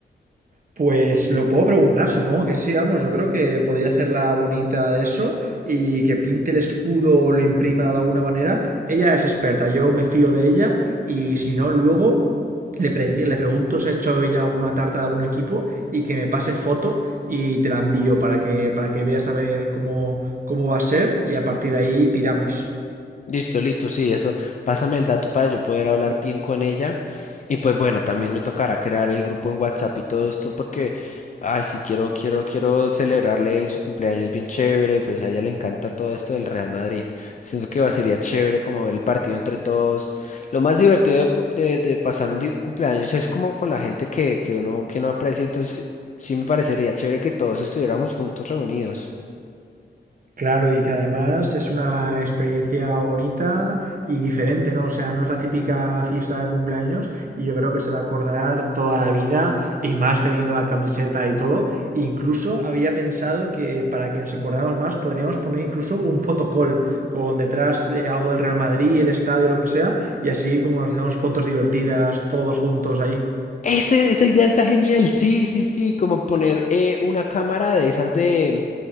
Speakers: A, on the right; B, on the left.
A: Pues lo puedo preguntar, supongo que sí, vamos, yo creo que podría hacerla bonita eso y que pinte el escudo o lo imprima de alguna manera. Ella es experta, yo me fío de ella y si no, luego le, pre- le pregunto si ha hecho ella alguna tarta de algún equipo y que me pase foto y te la envío para que, para que veas a ver cómo, cómo va a ser y a partir de ahí tiramos.
B: Listo, listo, sí, eso. Pásame el dato para yo poder hablar bien con ella. Y pues bueno, también me tocará crear el grupo en WhatsApp y todo esto porque, ay, sí, quiero, quiero, quiero celebrarle él su cumpleaños bien chévere, pues a ella le encanta todo esto del Real Madrid. Siento que va, sería chévere como ver el partido entre todos. Lo más divertido de, cu- de- de pasar un di- cumpleaños es como con la gente que, que uno, que no aprecia, entonces sí me parecería chévere que todos estuviéramos juntos reunidos.
A: Claro, y que además es una experiencia bonita y diferente, ¿no? O sea, no es la típica fiesta de cumpleaños y yo creo que se va a acordar toda la vida y más teniendo la camiseta y todo. Incluso había pensado que para que nos acordáramos más podríamos poner incluso un fotocall con detrás de algo del Real Madrid, el estadio, lo que sea, y así como nos hacemos fotos divertidas todos juntos ahí.
B: Ese- esa idea está genial, sí, sí, sí, como poner eh, una cámara de esas de...